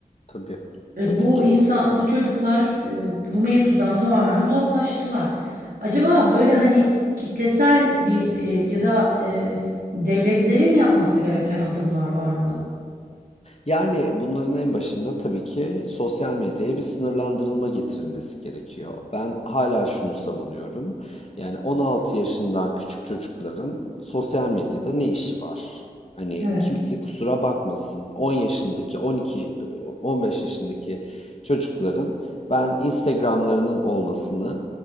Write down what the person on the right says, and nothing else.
E,
bu
insan, bu çocuklar e, bu mevzudan tamamen uzaklaştılar. Acaba böyle hani kitlesel bir e, ya da e, devletlerin yapması gereken adımlar var mı?
Evet,